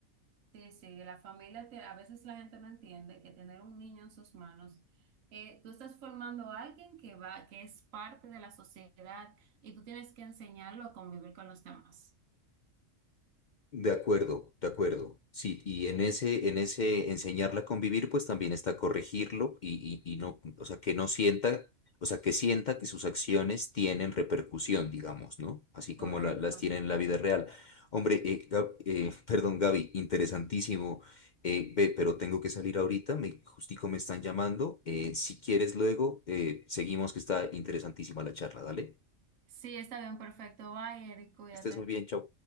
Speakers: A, on the right (about 75°); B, on the left (about 70°).
A: Sí, sí, la familia, te- a veces la gente no entiende que tener un niño en sus manos, eh, tú estás formando a alguien que va, que es parte de la sociedad y tú tienes que enseñarlo a convivir con los demás.
B: De acuerdo, de acuerdo. Sí, y en ese, en ese enseñarla a convivir, pues también está corregirlo y, y, y no, o sea, que no sienta, o sea, que sienta que sus acciones tienen repercusión, digamos, ¿no? Así como
A: Correcto.
B: la- las tiene en la vida real. Hombre, eh, Gab- eh, <laughs> perdón, Gaby, interesantísimo. Eh, ve, pero tengo que salir ahorita, me, justico me están llamando. Eh, si quieres luego, eh, seguimos que está interesantísima la charla, dale.
A: Sí, está bien, perfecto. Bye, Eric, cuídate.
B: Que estés muy bien, chau.